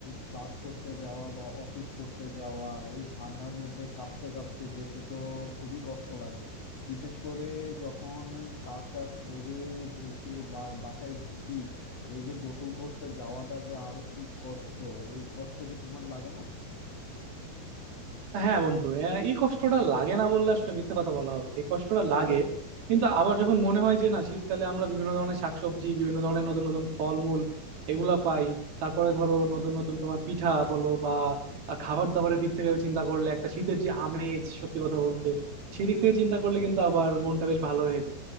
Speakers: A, on the left; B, on the right.
A: ক্লাস করতে যাওয়া বা অফিস করতে যাওয়া এই ঠান্ডার মধ্যে কাঁপতে কাঁপতে যেতে তো খুবই কষ্ট লাগে বিশেষ করে যখন কাজ টাজ করে এসে বা- বাসায় ঢুকি এই যে গোসল করতে যাওয়াটা যে আরো কি কষ্ট এই কষ্ট কি তোমার লাগে না
B: হ্যাঁ বন্ধু হ্যাঁ, এই কষ্টটা লাগে না বললে আসলে মিথ্যা কথা বলা হবে এই কষ্টটা লাগে কিন্তু আবার যখন মনে হয় যে না শীতকালে আমরা বিভিন্ন ধরনের শাকসবজি বিভিন্ন ধরনের নতুন নতুন ফলমূল এগুলা পাই তারপরে ধরো নতুন নতুন তোমার পিঠা বলো বা আহ, খাবার দাবারের দিক থেকে চিন্তা করলে একটা শীতের যে আমেজ সত্যি কথা বলতে সেই দিক থেকে চিন্তা করলে কিন্তু আবার মনটা বেশ ভালো হয়ে যায়